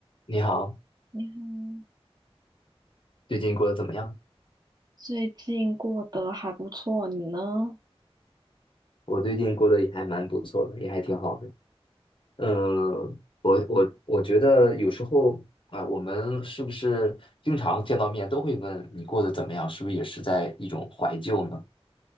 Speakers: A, on the left; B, on the right.
A: 你好，
B: 你好，
A: 最近过得怎么样？
B: 最近过得还不错，你呢？
A: 我最近过得也还蛮不错的，也还挺好的。嗯，我我我觉得有时候啊、呃我们是不是经常见到面都会问你过得怎么样？是不是也是在一种怀旧呢？